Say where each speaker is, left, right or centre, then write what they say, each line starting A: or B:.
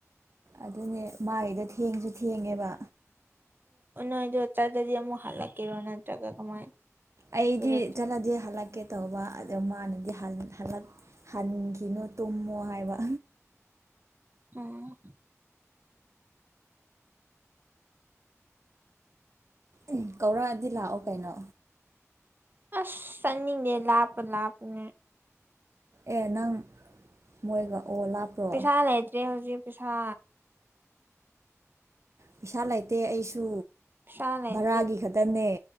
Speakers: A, on the right; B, on the right.
A: ꯑꯗꯨꯅꯦ ꯃꯥꯒꯤꯗꯣ ꯊꯦꯡꯁꯨ ꯊꯦꯡꯉꯦꯕ
B: ꯅꯣꯏꯗꯣ ꯆꯗꯗꯤ ꯑꯃꯨꯛ ꯍꯜꯂꯛꯀꯦꯔꯣ ꯅꯠꯇ꯭ꯔꯒ ꯀꯃꯥꯏꯅ
A: ꯑꯩꯗꯤ
B: ꯑꯗꯨꯗ
A: ꯆꯠꯂꯗꯤ ꯍꯜꯂꯛꯀꯦ ꯇꯧꯕ ꯑꯗꯨ ꯃꯥꯅ ꯍꯗ ꯍꯟꯈꯤꯅꯣ ꯇꯨꯝꯃꯣ ꯍꯥꯏꯕ
B: ꯎꯝ
A: ꯑꯦ ꯀꯧꯔꯛꯑꯗꯤ ꯂꯥꯛꯑꯣ ꯀꯩꯅꯣ
B: ꯑꯁ ꯆꯅꯤꯡꯉꯦ ꯂꯥꯄ ꯂꯥꯄꯅꯦ
A: ꯑꯦ ꯅꯪ ꯃꯣꯏꯒ ꯑꯣ ꯂꯥꯞꯄ꯭ꯔꯣ
B: ꯄꯩꯁꯥ ꯂꯩꯇ꯭ꯔꯦ ꯍꯧꯖꯤꯛ ꯄꯩꯁꯥ
A: ꯄꯩꯁꯥ ꯂꯩꯇꯦ ꯑꯩꯁꯨ
B: ꯁꯅꯥꯏ
A: ꯚꯔꯥꯒꯤ ꯈꯛꯇꯅꯦ